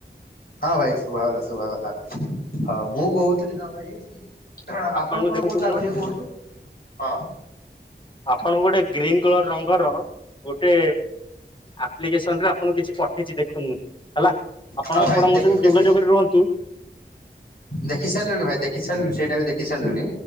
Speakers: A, on the left; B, on the left.
A: ହଁ ଭାଇ ଶୁଭାଗଲା ଶୁଭାଗଲା, ହଁ- ମୁଁ କହୁଥିଲି ନା ଭାଇ କି ଆପଣ
B: ଆପଣଙ୍କୁ
A: କଣ
B: ଦେଖନ୍ତୁ
A: କହୁଥିଲେ ଆଗ ଟିକେ କୁହନ୍ତୁ? ହଁ।
B: ଆପଣ ଗୋଟେ ଗ୍ରୀନ କଲର ରଙ୍ଗର ଗୋଟେ ଆପ୍ଲିକେଶନରେ ଆପଣଙ୍କୁ କିଛି ପଠେଇଛି ଦେଖୁନ୍ତୁ ହେଲା, ଆପଣ
A: ହଁ ଭାଇ
B: ଆପଣ ମୋ
A: ଦେଖି
B: ସହ
A: ଦେଖି
B: ଯୋଗାଯୋଗରେ ରୁହନ୍ତୁ।
A: ଦେଖି ସାରିଲିଣି ଭାଇ ଦେଖି ସାରିଲିଣି, ସେଇଟା ବି ଦେଖି ସାରିଲିଣି।